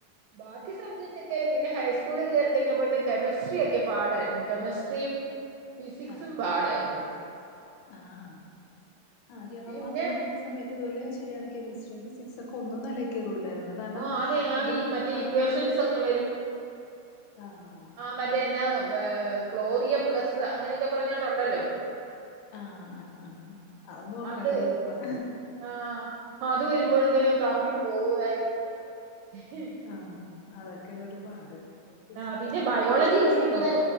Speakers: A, on the right; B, on the left.
A: ബാക്കി സബ്ജക്റ്റൊക്കെ പിന്ന ഹൈസ്കൂളിൽ കയറി കഴിഞ്ഞപ്പോഴത്തെ കെമിസ്ട്രിയ ഒക്കെ പാടായിരുന്നു കെമിസ്ട്രിയും ഫിസിക്സും
B: ആഹ്
A: പാടായിരുന്നു
B: ആഹ് ആഹ് ആഹ് കീയന്ന
A: പിന്നെ
B: വന്ന് പഠിക്ക്ണ സമയ ത്ത്പോലെ ശരിയാണ് കെമിസ്ട്രി ഫിസിക്സൊക്കെ ഒന്നും തലേകേറൂലായിരുന്നു കാണം
A: ഓ അതെ ആ
B: അത്
A: ഈ മറ്റേ
B: ഭയങ്കര
A: ഇക്വേഷൻസ് ഒക്കെ
B: ആഹ്
A: മറ്റേന്നാ ക്ലോറിയം പ്ലസ്സ് അങ്ങനെയൊക്കെ പറഞ്ഞാണ്ടുണ്ടല്ലോ
B: ആഹ് ആഹ് ആഹ് ആന്നു ഓർക്കള്ളേര്
A: അത്
B: ഇപ്പം
A: ആഹ് അത് വരുമ്പോഴ്തേനും കറങ്ങി പോവായിരുന്നില്ലേ ഹ്‌.
B: ആഹ് അതൊക്കെണൊരു പാട് ഫിസിക്സ്
A: ആഹ് പിന്നെ
B: ഒക്കെ
A: ബയോളജി
B: ഒട്ടും ഇഷ്ടമല്ലായിരുന്നു
A: ഇച്ചിരികൂടെ